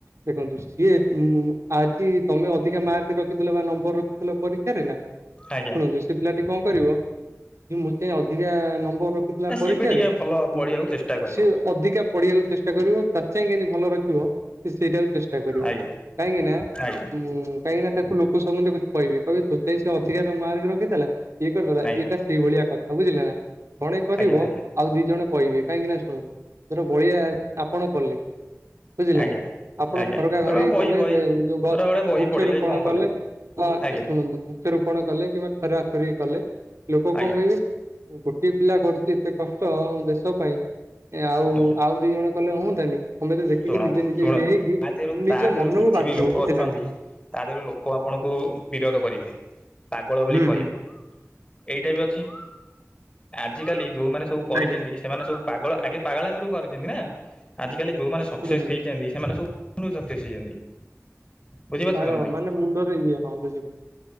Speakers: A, on the right (about 60°); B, on the left (about 20°).
A: ଦେଖନ୍ତୁ ସିଏ ଉଁମଁ ଆଜି ତମେ ଅଧିକା ମାର୍କ ରଖିଥିଲ ବା ନମ୍ବର ରଖିଥିଲ ପରୀକ୍ଷାରେ ନାଁ।
B: ଆଜ୍ଞା
A: ଶୁଣନ୍ତୁ ସେ ପିଲାଟି କଣ କରିବ ଯେ ମୋ ଅଧିକା ନମ୍ବର ଥିଲା
B: ଆ ସିଏ
A: ପରୀକ୍ଷାରେ
B: ବି ଟିକେ
A: ଉଁମଁ
B: ଭଲ ପଢ଼ିବାକୁ ଚେଷ୍ଟା କରିବ
A: ସେ ଅଧିକା ପଢିବାକୁ ଚେଷ୍ଟା କରିବ ତା ଚାହିଁ କେମିତି ଭଲ ରଖିବ ସିଏ ସେଇଟାକୁ ଚେଷ୍ଟା କରିବ
B: ଆଜ୍ଞା
A: କାହିଁକି ନାଁ
B: ଆଜ୍ଞା
A: ଉଁ କାହିଁକି ନାଁ ତାକୁ ଲୋକ ସମ୍ବନ୍ଧରେ କହିବି କହିବି ତୋ ଚାଇଁ ସେ ଅଧିକା ମାର୍କେ ରଖିଥିଲା ଇଏ କରିଦେଲା
B: ଆଜ୍ଞା
A: ଏଇଟା ସେଇଭଳିଆ କଥା ବୁଝିଲା ନାଁ। ଜଣେ କରିବ
B: ଆଜ୍ଞା ଆଜ୍ଞା
A: ଆଉ ଦି ଜଣ କହିବେ କାହିଁକି ନାଁ ଶୁଣନ୍ତୁ ଧର ବଳିଆ ଆପଣ କଲେ। ବୁଝିଲେ
B: ଆଜ୍ଞା
A: ନାଁ ଆପଣ
B: ଆଜ୍ଞା
A: ଖରକା ଖରିକି
B: ଧର ବହି
A: କଲେ
B: ବହି
A: ଦେ ଉଁ
B: ଧର ଗୋଟେ ବହି
A: ବୃକ୍ଷରୋପଣ
B: ପଢ଼ିଲେ କି କଣ
A: କଲେ। ହଁ
B: ଆଜ୍ଞା
A: ଶୁଣନ୍ତୁ ବୃକ୍ଷରୋପଣ କଲେ କିମ୍ବା ଖରକା ଖରିକି କଲେ ଲୋକ କଣ
B: ଆଜ୍ଞା
A: କହିବେ। ଗୋଟିଏ ପିଲା କରୁଛି ଏତେ କଷ୍ଟ ଦେଶ ପାଇଁ ଆଉଁ
B: ଆଜ୍ଞା
A: ଆଉ ଦି ଜଣ କଲେ ହୁଅନ୍ତାନି। ସମେତେ ଦେଖିକି
B: ଶୁଣନ୍ତୁ
A: ନିଜେ ନିଜେ
B: ଶୁଣନ୍ତୁ
A: ଇଏ ହେଇକି
B: ତା
A: ମୁଁ
B: ଦେହରୁ ତା
A: ନିଜ
B: ଦେହରୁ
A: ମନକୁ
B: କିଛି
A: ବାଧିବ
B: ବି ଲୋକ
A: ବୁଝିଲେ
B: ଅଛନ୍ତି
A: ନାଁ।
B: ତା ଦେହରୁ ଲୋକ ଆପଣଙ୍କୁ ବିରୋଧ କରିବେ ପାଗଳ ବୋଲି
A: ହୁଁ
B: କହିବେ।
A: ହୁଁ
B: ଏଇଟା ବି ଅଛି ଆଜିକାଲି ଯୋଉଁ ମାନେ ସବୁ କରିଛନ୍ତି।
A: ଆଜ୍ଞା।
B: ସେମାନେ ସବୁ ପାଗଳ ଆଗେ ପାଗଳାମି ରୁ କରିଛନ୍ତି ନାଁ ଆଜିକାଲି ଯୋଉଁମାନେ ସକ୍ସେସ
A: ହୁଁ ହୁଁ
B: ହେଇଛନ୍ତି ସେମାନେ ସବୁ ବହୁତ ସକ୍ସେ ହେଇଛନ୍ତି। ବୁଝିପାରୁଛନ୍ତି
A: ପାଗଳ
B: ନା ନାଇଁ
A: ମାନେ ମୁଣ୍ଡରେ ଇଏ ହଁ ବୁଝିଲେ।